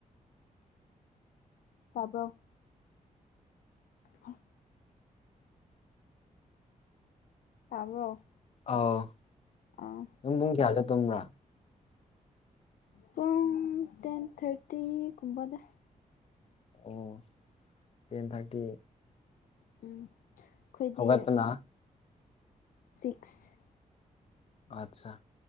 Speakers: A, on the left (about 75°); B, on the left (about 45°).
A: ꯇꯥꯕ꯭ꯔꯣ ꯍ ꯇꯥꯕ꯭ꫪꯣ
B: ꯑꯥꯎ
A: ꯑꯥ
B: ꯅꯪ ꯄꯨꯡ ꯀꯌꯥꯒ ꯇꯨꯝꯕ꯭ꯔꯥ
A: ꯄꯨꯡ ꯇꯦꯟ ꯊꯔꯇꯤꯒꯨꯝꯕꯗ
B: ꯑꯣ ꯇꯦꯟ ꯊꯥꯔꯇꯤ
A: ꯎ ꯑꯩꯈꯣꯏꯗꯤ
B: ꯍꯧꯒꯠꯄꯅ
A: ꯁꯤꯛꯁ
B: ꯑꯠꯆꯥ